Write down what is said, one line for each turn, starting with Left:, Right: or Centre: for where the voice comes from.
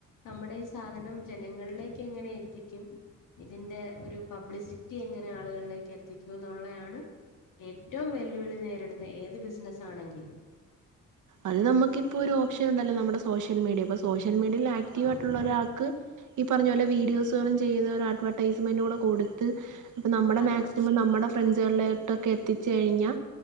Left: നമ്മുടെ ഈ സാധനം ജനങ്ങളിലേക്ക് എങ്ങനെ എത്തിക്കും? ഇതിന്റെ ഒരു പബ്ലിസിറ്റി എങ്ങനെ ആളുകള്ല്. എത്തിക്കൂ എന്നുള്ളയാണ് ഏറ്റവും വെല്ലുവിളി നേരിടുന്ന ഏത് ബിസ്നസ്സാണെങ്കിലും.
Right: അത് നമ്മക്കിപ്പോ ഒരു ഓപ്ഷൻ ഉ <unintelligible> നമ്മടെ സോഷ്യൽ മീഡിയ ഇപ്പോ സോഷ്യൽ മീഡിയൽ ആക്റ്റീവ്
Left: ആഹ്
Right: ആയിട്ടുള്ള
Left: അതെ
Right: ഒരാ ക്ക് ഈ പറ്ഞ്ഞ പോലെ വീഡിയോസുകളും ചെയ്ത് ഒര അഡ്വെർടൈസ്മെന്റൂടെ കൊട്ത്ത്. അപ്പൊ നമ്മുടെ
Left: അതെ
Right: മാക്സിമം നമ്മുടെ ഫ്രണ്ട്സ്കള് <unintelligible> യിട്ടൊക്കെ എത്തിച്ച് കഴിഞ്ഞാ